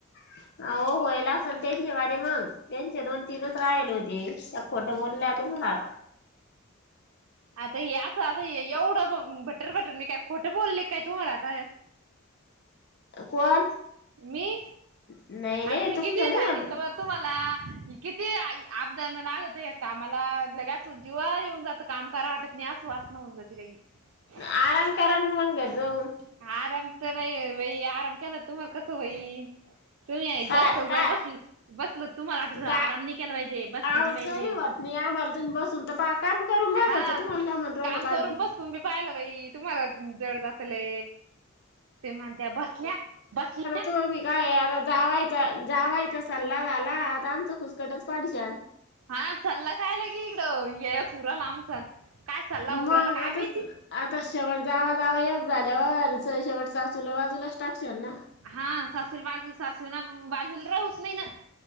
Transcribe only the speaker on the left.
<inaudible> अ होयला असणते <inaudible> शेवारी मग त्यांचे दोन तीनच राहिले होते. त्या खोटं बोलल्या <inaudible> तुमला.
कोण
नाही नाही
<inaudible> तु
तुमच <inaudible> नाही
पण
आराम करा ना मग घरी जाऊन
काय
काय
का
आव
काही होत नाही आम्हाला तुम्ही बसून तर पहा काम करून बसायचं
तुम्हाला काय म्हनू राहिलो
का आम्ही.
तो मी काय आता जावायचा जावायचा सल्ला झाला आता आमचा फुसकटच पडश
मग
आता
आता शेवट जावा जावा एक झाल्यावरच शेवट सासूला बाजूलाच टाकश ना